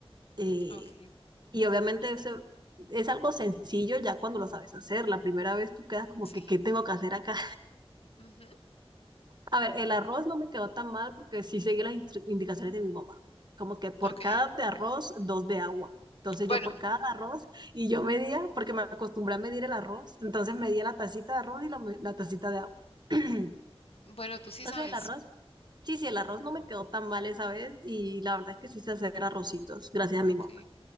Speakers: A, on the right; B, on the left.
A: eh,
B: ok,
A: y obviamente eso es algo sencillo ya cuando lo sabes hacer. La primera vez tú quedas como
B: sí.
A: que, ¿qué tengo que hacer acá?
B: ujú,
A: A ver, el arroz no me quedó tan mal porque sí seguí las instru- indicaciones de mi mamá. Como que por
B: ok.
A: cada de arroz, dos de agua. Entonces
B: Bueno,
A: yo por cada arroz, y yo medía, porque me acostumbré a medir el arroz, entonces medía la tacita de arroz y la, la tacita de agua. <clears throat>
B: bueno, tú sí
A: Entonces
B: sabes.
A: el arroz, sí, sí, el arroz no me quedó tan mal esa vez y la verdad es que sí sé hacer arrocitos, gracias a mi
B: Ok.
A: mamá.